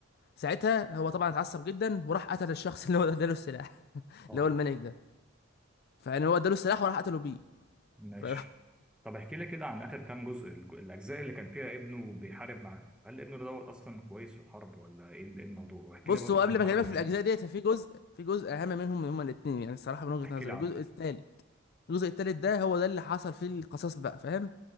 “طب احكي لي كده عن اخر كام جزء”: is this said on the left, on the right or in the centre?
Centre